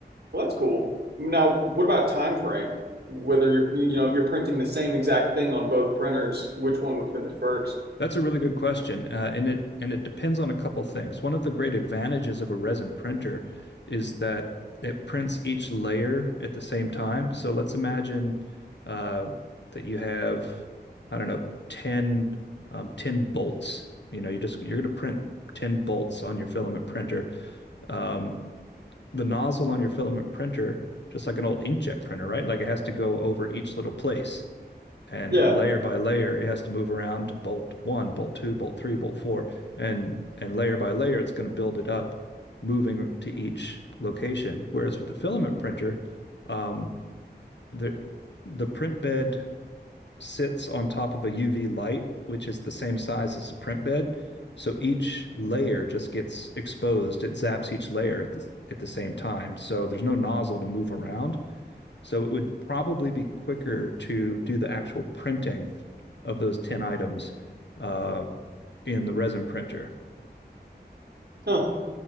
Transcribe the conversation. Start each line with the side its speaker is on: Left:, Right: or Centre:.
Right: Well, that's cool. Now, what about time frame? Whether you're, you know, if you're printing the same exact thing on both printers, which one would finish first?
Left: That's a really good question, uh, and it and it depends on a couple things. One of the great advantages of a resin printer is that it prints each layer at the same time. So let's imagine uh, that you have, I don't know, 10, um, 10 bolts. You know, you just you're going to print 10 bolts on your filament printer. Um, the nozzle on your filament printer, just like an old inkjet printer, right? Like it has to go over each little place and
Right: Yeah.
Left: layer by layer it has to move around to bolt one, bolt two, bolt three, bolt four, and and layer by layer it's going to build it up, moving to each location. Whereas with the filament printer, um, the the print bed sits on top of a UV light, which is the same size as the print bed. So each layer just gets exposed. It zaps each layer at the, at the same time. So there's no nozzle to move around. So it would probably be quicker to do the actual printing of those 10 items uh, in the resin printer.
Right: Huh.